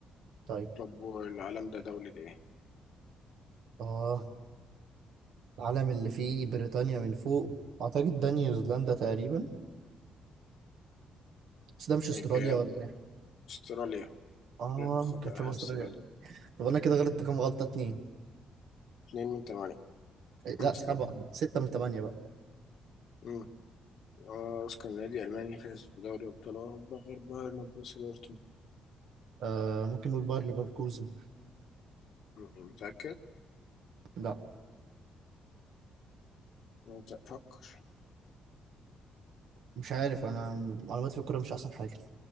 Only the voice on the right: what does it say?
طيب
اه العلم اللي فيه بريطانيا من فوق اعتقد ده نيوزيلندا تقريبا بس ده مش استراليا
ولا ايه
اه
ممكن شبه استراليا
طب انا كده غلطت كام غلطة اتنين
إيه، لا
سبعة ستة من تمانية بقى
آه ممكن نقول باير ليفركوزن
لا
مش عارف انا معلوماتي في الكورة مش احسن حاجة